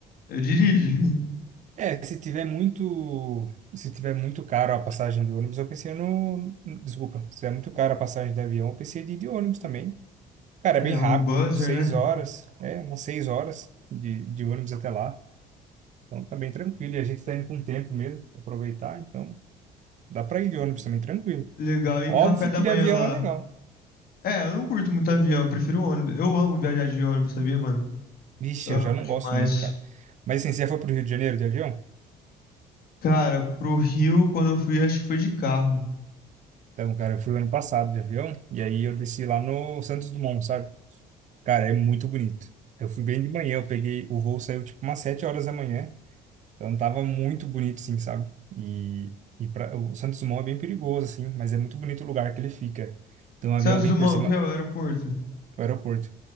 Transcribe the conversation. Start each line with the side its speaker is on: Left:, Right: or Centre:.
Left: Eu dirijo. <laughs>
Right: É, se tiver muito, se tiver muito caro a passagem de ônibus, eu pensei no, desculpa, se tiver muito caro a passagem de avião, eu pensei de ir de ônibus também. Cara,
Left: É,
Right: é bem rápido,
Left: um buzzer,
Right: tipo seis
Left: né?
Right: horas, é, umas seis horas de, de ônibus até lá. Então tá bem tranquilo, e a gente tá indo com tempo mesmo, pra aproveitar, então dá pra ir de ônibus também, tranquilo.
Left: Legal. E
Right: Óbvio
Left: café da
Right: que de
Left: manhã
Right: avião
Left: lá?
Right: é legal.
Left: É, eu não curto muito avião, eu prefiro ônibus. Eu amo viajar de ônibus, sabia, mano?
Right: Vixe,
Left: Eu amo
Right: eu já não
Left: demais.
Right: gosto muito, cara. Mas assim, você já foi pro Rio de Janeiro de avião?
Left: Cara, pro Rio, quando eu fui, acho que foi de carro.
Right: Então, cara, eu fui ano passado de avião, e aí eu desci lá no Santos Dumont, sabe? Cara, é muito bonito. Eu fui bem de manhã, eu peguei, o voo saiu tipo umas 7 horas da manhã, então tava muito bonito, sim, sabe? E, e pra, o Santos Dumont é bem perigoso, assim, mas é muito bonito o lugar que ele fica. Então o
Left: Santos
Right: avião vem
Left: Dumont,
Right: por cima,
Left: o que é o aeroporto?
Right: o aeroporto,